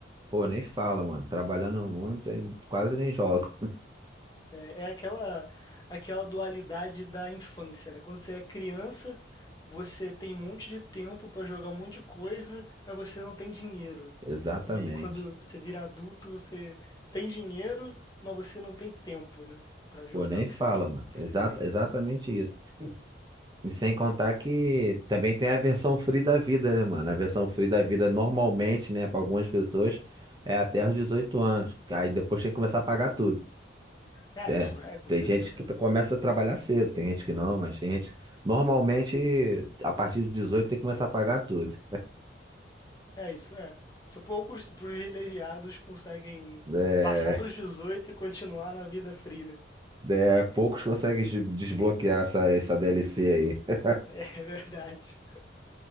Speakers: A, on the right (about 25°); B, on the left (about 20°).
A: Pô, nem fala, mano. Trabalhando muito, aí quase nem jogo.
B: É, é aquela, aquela dualidade da infância, né? Quando você é criança, você tem um monte de tempo pra jogar um monte de coisa, mas você não tem dinheiro.
A: <laughs> Exatamente.
B: E aí, quando você vira adulto, você tem dinheiro, mas você não tem tempo, né? Pra jogar
A: Pô, nem
B: o
A: fala,
B: que você, que,
A: mano.
B: que
A: Exa-
B: você tem.
A: exatamente isso. E sem contar que também tem a versão free da vida, né, mano? A versão free da vida normalmente, né, para algumas pessoas é até os 18 anos. Aí depois tem que começar a pagar tudo.
B: É,
A: É,
B: isso é, com
A: tem
B: certeza.
A: gente que começa a trabalhar cedo, tem gente que não, mas tem gente. Normalmente, a partir de 18 tem que começar a pagar tudo.
B: É, isso é. Só poucos privilegiados conseguem
A: É,
B: passar dos 18 e continuar na vida free, né?
A: é, poucos conseguem des- desbloquear essa, essa DLC aí.
B: <laughs> É verdade.